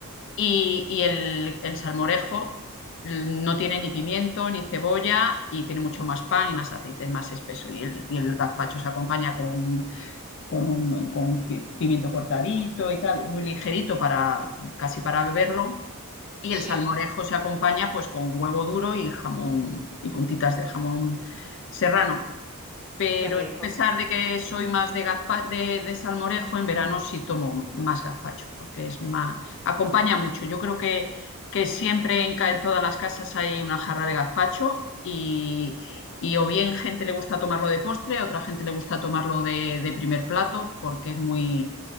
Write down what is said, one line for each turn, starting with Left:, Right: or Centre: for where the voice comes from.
Left: y, y el, el salmorejo mm, no tiene ni pimiento ni cebolla y tiene mucho más pan y más aceite, es más espeso. Y el, y el gazpacho se acompaña con, un- con un, con un pi- pimiento cortadito y tal, muy ligerito para casi para beberlo. Y
Centre: sí,
Left: el salmorejo se acompaña pues con huevo duro y jamón y puntitas de jamón serrano pero
Centre: qué rico.
Left: a pesar de que soy más de, gazpa- de, de salmorejo, en verano sí tomo más gazpacho, porque es más, acompaña mucho. Yo creo que, que siempre en, ca- en todas las casas hay una jarra de gazpacho y, y o bien gente le gusta tomarlo de postre, a otra gente le gusta tomarlo de, de primer plato, porque es muy...